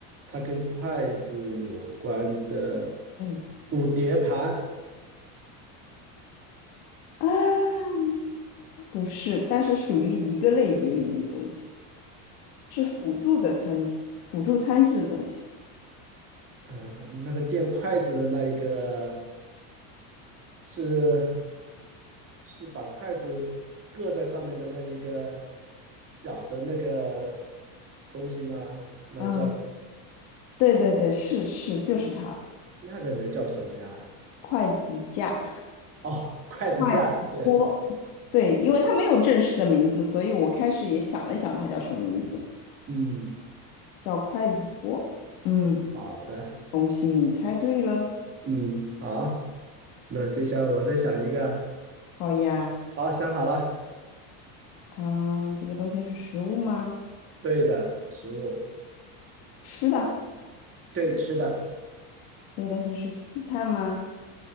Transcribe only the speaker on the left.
对，
啊，不是，但是属于一个类别里面的东西，是辅助的餐具，辅助餐具的东西。
啊，对对对，是是，就是它，
筷子架、
筷子锅。
对，因为它没有正式的名字，所以我开始也想了想，它叫什么名字，
叫筷子托。嗯，
恭喜你猜对了。
好呀，
啊，这个东西是食物吗？
吃的。
这个东西是西餐吗？